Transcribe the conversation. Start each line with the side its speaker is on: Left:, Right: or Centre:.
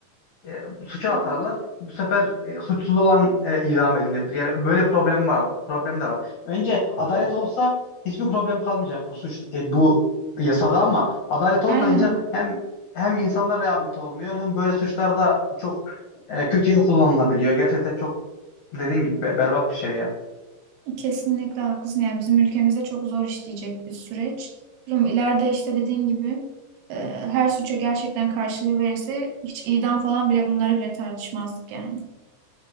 Left: e, suça
Right: Ee,
Left: atarlar. Bu sefer e, suçsuz olan e, idam edilebilir. Yani böyle problem var, problemler var. Önce adalet olsa hiçbir problem kalmayacak bu suç e, bu yasada ama adalet olmayınca
Right: Aynen.
Left: hem hem insanlar rehabilite olmuyor hem böyle suçlarda çok e, kötüye kullanılabiliyor. Gerçekten çok dediğin gibi be- berbat bir şey ya.
Right: Kesinlikle haklısın. Yani bizim ülkemizde çok zor işleyecek bir süreç. Bilmiyorum, ileride işte dediğin gibi e, her suça gerçekten karşılığı verirse hiç idam falan bile bunları bile tartışmazdık yani.